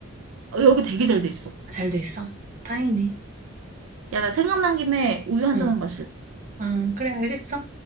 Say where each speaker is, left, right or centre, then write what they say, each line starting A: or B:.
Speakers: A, on the right; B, on the right.
A: 어, 여기 되게 잘 돼 있어
B: 아, 잘 돼 있어? 다행이네.
A: 야 나 생각난 김에 우유 한
B: 응
A: 잔만 마실래?
B: 아, 그래, 알겠어.